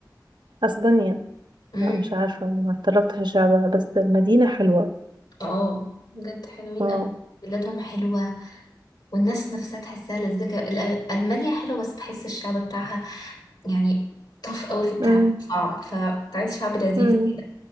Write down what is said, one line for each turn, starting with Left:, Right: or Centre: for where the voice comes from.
Right: اسبانيا
Left: امم
Right: لا مش عارفه ما اتطرقتش لشعبها بس المدينه حلوه
Left: اه بجد حلوين
Right: اه
Left: أوي بلادهم حلوة والناس نفسها تحسها لذيذة الأ- ألمانيا حلوة بس بحس الشعب بتاعها يعني طف قوي في التعامل
Right: امم
Left: صعب فكنت عايز شعب لذيذ
Right: امم
Left: كده